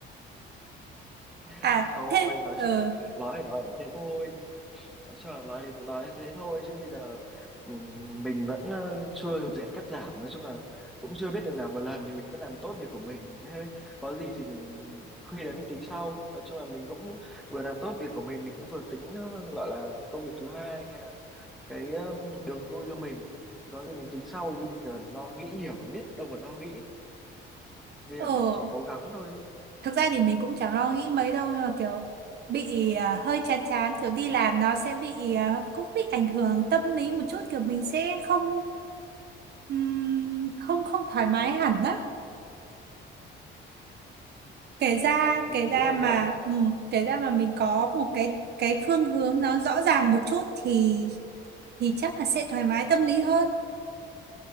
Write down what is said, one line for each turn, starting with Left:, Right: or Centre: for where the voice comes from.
Centre: <laughs>
Right: À
Centre: thôi
Right: thế
Centre: nói
Right: ờ
Centre: chung là nói thì nói cũng thế thôi nói cho nói nói thế thôi chứ bây giờ ừm, mình vẫn ờ, chưa thuộc diện cắt giảm nói chung là cũng chưa biết được làm một lần thì mình cứ làm tốt việc của mình thế có gì thì khi đấy mình tính sau nói chung là mình cũng vừa làm tốt việc của mình mình cũng vừa tính ờ, gọi là công việc thứ hai hay là cái ờ, đường lui cho mình thì có gì mình tính sau chứ bây giờ lo nghĩ nhiều mà biết đâu mà lo nghĩ bây
Right: ờ
Centre: giờ mình chỉ cố gắng thôi chứ
Right: thực ra thì mình cũng chẳng lo nghĩ mấy đâu nhưng mà kiểu bị à, hơi chán chán kiểu đi làm nó sẽ bị à, cũng bị ảnh hưởng tâm lý một chút kiểu mình sẽ không ừm, không không thoải mái hẳn á kể ra
Centre: ừ,
Right: kể ra
Centre: đúng rồi
Right: mà
Centre: mới lại
Right: ừm, kể ra mà mình có một cái cái phương hướng nó rõ ràng một chút thì thì chắc là sẽ thoải mái tâm lý hơn